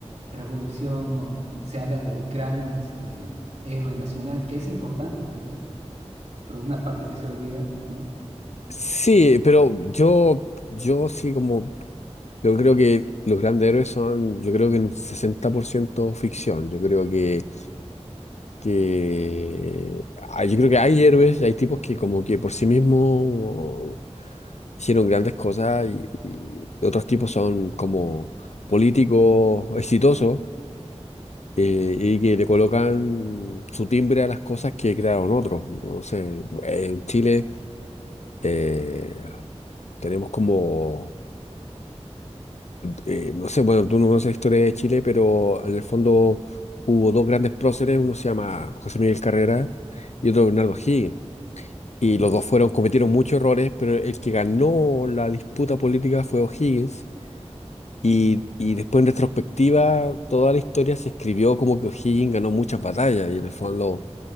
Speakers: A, on the right; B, on the left.
A: revolución, o n- se habla del gran, este, héroe nacional, que es importante, pues, ¿no? Pero una parte que se olvida, ¿no?
B: Sí, pero yo, yo sí como, yo creo que los grandes héroes son, yo creo que un 60% ficción, yo creo que, que, ah, yo creo que hay héroes, hay tipos que como que por sí mismos hicieron grandes cosas y, y otros tipos son como políticos exitosos eh, y que le colocan su timbre a las cosas que crearon otros. No sé, en Chile eh, tenemos como... eh, no sé, bueno, tú no conoces la historia de Chile, pero en el fondo hubo dos grandes próceres, uno se llama José Miguel Carrera y otro Bernardo O'Higgins. Y
A: Mm,
B: los dos fueron, cometieron muchos errores, pero el que ganó la disputa política fue O'Higgins. Y,
A: mm,
B: y después en retrospectiva, toda la historia se escribió como que O'Higgins ganó muchas batallas y en el fondo...